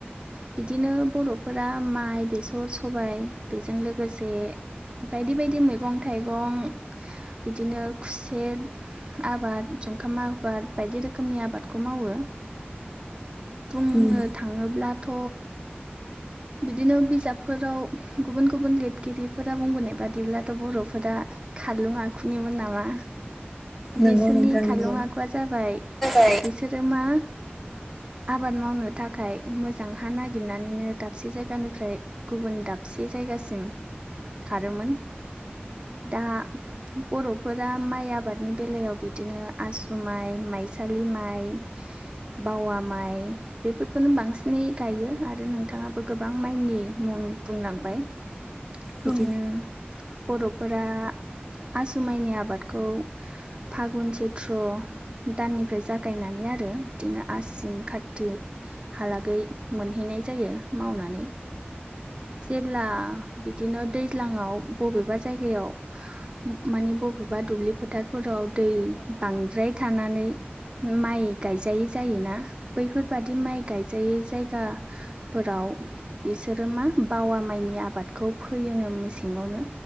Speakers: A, on the right; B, in the centre.
A: बिदिनो बर'फोरा माइ बेसर सबाइ बेजों लोगोसे बायदि बायदि मैगं थाइगं बिदिनो खुसेद आबाद जंखाम आबाद बायदि रोखोमनि आबादखौ मावो बुंनो
B: उम
A: थाङोब्लाथ' बिदिनो बिजाबफोराव गुबुन गुबुन लिरगिरिफोरा बुंबोनाय बादिब्लाथ' बर'फोरा खारलुं आखुनिमोन नामा।
B: नंगौ
A: बिसोरनि
B: नोंथां
A: खारलं
B: नंगौ
A: आखुआ जाबाय
B: औ
A: बिसोरो मा आबाद मावनो थाखाय मोजां हा नागिरनानैनो दाबसे जायगानिफ्राय गुबुन दाबसे जायगासिम खारोमोन। दा बर'फोरा माइ आबादनि बेलायाव बिदिनो आसु माइ, माइसालि माइ, बावा माइ, बेफोरखौनो बांसिनै गायो आरो नोंथाङाबो गोबां माइनि मुं बुंलांबाय। बिदिनो
B: औ
A: बर'फोरा आसु माइनि आबादखौ फागुन चैत्र दाननिफ्राय जागायनानै आरो बिदिनो आसिन कारतिक हालागै मोनहैनाय जायो मावनानै। जेब्ला बिदिनो दैज्लांआव बबेबा जायगायाव माने बबेबा दुब्लि फोथारफोराव दै बांद्राय थानानै माइ गायजायै जायोना बैफोरबादि माइ गायजायै जायगा फोराव बिसोरो मा बावा माइनि आबादखौ फैयोनो मेसेङावनो